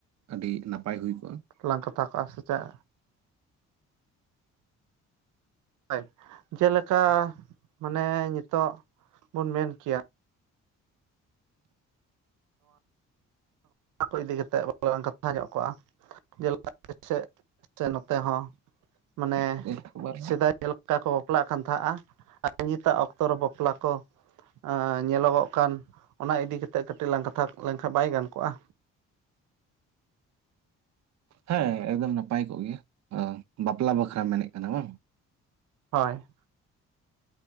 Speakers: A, on the right; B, on the right.
A: ᱟᱹᱰᱤ ᱱᱟᱯᱟᱭ ᱦᱩᱭ ᱠᱚᱜ-ᱟ᱾
B: ᱞᱟᱝ ᱠᱟᱛᱷᱟ ᱠᱚᱜ-ᱟ ᱥᱮ ᱪᱮᱜ᱾ ᱦᱳᱭ ᱡᱮᱞᱮᱠᱟ ᱢᱟᱱᱮ ᱱᱤᱛᱳᱜ ᱵᱚᱱ ᱢᱮᱱ ᱠᱮᱭᱟ᱾ ᱚᱱᱟ ᱠᱚ ᱤᱫᱤ ᱠᱟᱛᱮᱫ ᱟᱱ <unintelligible> ᱠᱟᱛᱷᱟ ᱧᱚᱜ ᱠᱚᱜ-ᱟ᱾ ᱡᱮᱞᱟ <unintelligible> ᱥᱮ ᱱᱚᱛᱮ ᱦᱚᱸ ᱢᱟᱱᱮ
A: ᱟᱫᱚ ᱮᱠᱵᱟᱨ
B: ᱥᱮᱫᱟᱭ᱾ ᱪᱮ ᱞᱮᱠᱟ ᱠᱚ ᱵᱟᱯᱞᱟᱜ ᱠᱟᱱ ᱛᱟᱦᱟᱸᱜ-ᱟ ᱟᱨ ᱱᱤᱛᱚᱜ ᱚᱠᱛᱚ ᱨᱮ ᱵᱟᱯᱞᱟ ᱠᱚ᱾ ᱟᱸ ᱧᱮᱞᱚᱜᱚᱜ ᱠᱟᱱ ᱚᱱᱟ ᱤᱫᱤ ᱠᱟᱛᱮᱫ ᱠᱟᱹᱴᱤᱡ ᱞᱟᱝ ᱠᱟᱛᱷᱟ ᱠᱚᱜ ᱞᱮᱱᱠᱷᱟᱡ ᱵᱟᱭ ᱜᱟᱱ ᱠᱚᱜ-ᱟ?
A: ᱦᱮᱸ ᱮᱠᱫᱚᱢ ᱱᱟᱯᱟᱭ ᱠᱚᱜ ᱜᱮᱭᱟ ᱵᱟᱯᱞᱟ ᱵᱟᱠᱷᱨᱟᱢ ᱢᱮᱱᱮᱫ ᱠᱟᱱᱟ ᱵᱟᱝ
B: ᱦᱳᱭ